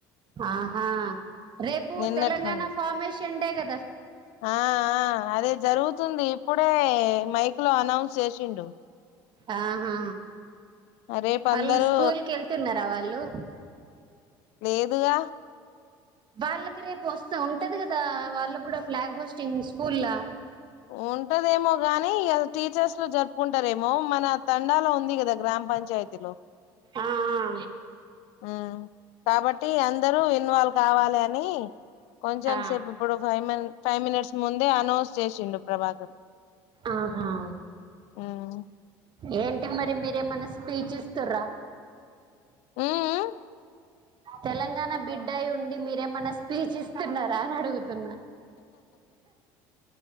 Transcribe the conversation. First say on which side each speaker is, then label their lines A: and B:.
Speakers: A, on the right (about 45°); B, on the left (about 70°).
A: ఆహా రేపు
B: నిన్నటి
A: తెలంగాణ
B: నుండి
A: ఫార్మేషన్ డే గా
B: ఆ ఆ అదే జరుగుతుంది ఇప్పుడే మైక్ లో అనౌన్స్ చేసిండు
A: ఆహా
B: రేపు
A: వాళ్ళు
B: అందరూ
A: స్కూల్ కి వెళ్తున్నారా వాళ్ళు
B: లేదుగా
A: వాళ్ళకి రేపు వస్తే ఉంటాది కదా వాళ్ళ కూడా ఫ్లాగ్ హోస్టింగ్ స్కూళ్ళ
B: ఉంటదేమో గాని ఇగ టీచర్స్ లో జరుపుకుంటారేమో మన తండాలో ఉంది కదా గ్రామ పంచాయతీలో
A: ఆ ఆ
B: ఉమ్ కాబట్టి అందరూ ఇన్వాల్వ్ కావాలి అని కొంచం
A: ఆ
B: సేపు ఇప్పుడు ఫైవ్ మి ఫైవ్ మినిట్స్ ముందే అనౌన్స్ చేసిండు ప్రభాకర్
A: ఆహా
B: ఉమ్
A: ఏంటి మరి మీరేమైన్నా స్పీచ్ ఇస్తూరా
B: మ్మ్ మ్మ్
A: తెలంగాణ బిడ్డయి ఉండి మీరేమన్నా స్పీచ్ ఇస్తున్నారా అని అడుగు తున్నా